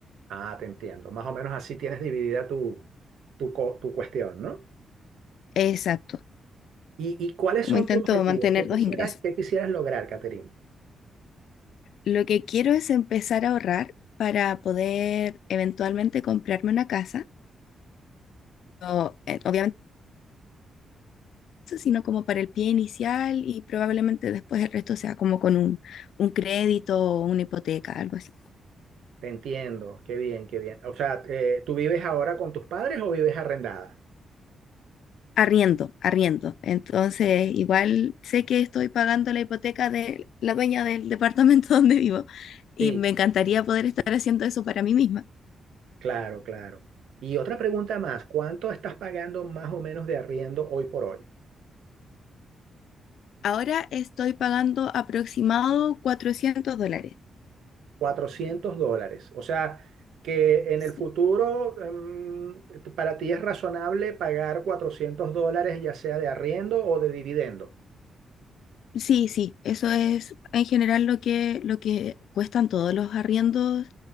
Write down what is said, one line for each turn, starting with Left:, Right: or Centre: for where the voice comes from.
Right: Ah, te entiendo. Más o menos así tienes dividida tu, co- tu cuestión, ¿no?
Left: Exacto,
Right: ¿Y, y cuáles
Left: como
Right: son
Left: intento
Right: tus objetivos?
Left: mantener
Right: ¿Qué quisieras,
Left: dos ingresos.
Right: qué quisieras lograr, Catherine?
Left: Lo que quiero es empezar a ahorrar para poder eventualmente comprarme una casa, o, eh, obviamente, eso, sino como para el pie inicial y probablemente después el resto sea como con un, un crédito o una hipoteca, algo así.
Right: Te entiendo, qué bien, qué bien. O sea, eh, ¿tú vives ahora con tus padres o vives arrendada?
Left: Arriendo, arriendo. Entonces, igual sé que estoy pagando la hipoteca de la dueña del departamento <laughs> donde vivo y
Right: Sí,
Left: me encantaría poder estar haciendo eso para mí misma.
Right: claro, claro. Y otra pregunta más, ¿cuánto estás pagando más o menos de arriendo hoy por hoy?
Left: Ahora estoy pagando aproximado 400 dólares.
Right: 400 dólares. O sea, que en
Left: Sí,
Right: el futuro em, para ti es razonable pagar 400 dólares ya sea de arriendo o de dividendo.
Left: sí, sí, eso es en general lo que, lo que cuestan todos los arriendos,